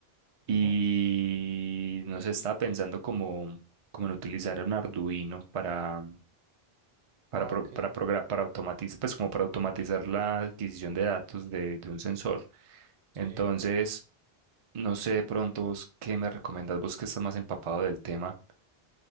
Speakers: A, on the right; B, on the right.
A: Y
B: ujú.
A: no sé, estaba pensando como, como en utilizar un Arduino para, para,
B: Ah,
A: pro-
B: ok.
A: para, progra- para automatizar, pues como para automatizar la adquisición de datos de, de un sensor.
B: Sí,
A: Entonces, no sé de pronto vos qué me recomendás, vos que estás más empapado del tema